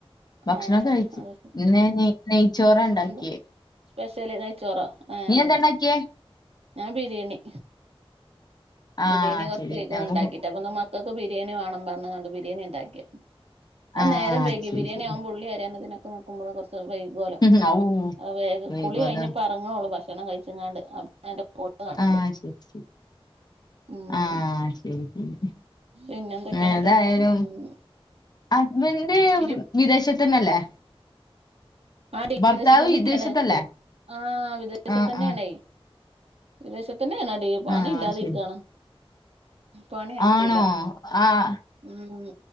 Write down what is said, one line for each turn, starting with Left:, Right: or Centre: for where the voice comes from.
Left: ഭക്ഷണം
Right: ഏഹ്
Left: കഴിച്ച്
Right: അത്
Left: ന്ന് ഞാന് നെയ്ച്ചോറ ണ്ടാക്കിയേ
Right: എന്താ സ്പെഷ്യല് നെയ്ച്ചോറോ ആഹ്
Left: എന്താ ഉണ്ടാക്കിയേ
Right: ഞാൻ ബിരിയാണി
Left: ആ
Right: ബിരിയാണി കുറച്ചയ്ക്ക്‌ണ്
Left: ശരി നമുക്ക്
Right: ണ്ടാക്കിട്ട് അപ്പൊ ന്നാ മക്ക മക്കക്ക് ബിരിയാണി വാണം പറഞ്കാണ്ട് ബിരിയാണി ണ്ടാക്കിയേ അത്
Left: ആ
Right: നേരം
Left: അത്
Right: വെയ്കി
Left: ശരി ശരി
Right: ഉള്ളി അരിയാനിതിനൊക്കെ നിക്കുമ്പോളോ കൊർച്ച്‌ വൈകൂലോ
Left: ഉം, ഔ
Right: വേഗ്
Left: വൈകും
Right: കുളി കഴിഞ്ഞപ്പ
Left: അതാണ്
Right: ഇറങ്ങണൊള്ളൂ ഭക്ഷണം കഴിച്ച്കാണ്ട് അട്ട് <unintelligible>
Left: ആഹ് ശരി ശരി
Right: ഉം
Left: ആഹ് ശരി ശരി
Right: പിന്നെ എന്തൊക്കെയാന്നിട്ട്
Left: ഏതായാലും
Right: ഉം
Left: ഹസ്ബൻഡ്
Right: ഇനി
Left: വിദേശത്തന്നല്ലേ
Right: ആഹ് ടീ
Left: ഭർത്താവ്
Right: വിദേശത്തന്നെണ്
Left: വിദേശത്തല്ലേ
Right: ആഹ് വിദേശത്തന്നേണെയ്
Left: ആ ആ
Right: വിദേശത്തന്നേണെടി പണില്ലാതെ
Left: ആ ശരി
Right: ഇരിക്കാണ് പണി ആയിട്ടില്ല
Left: ആണോ ആ
Right: ഉം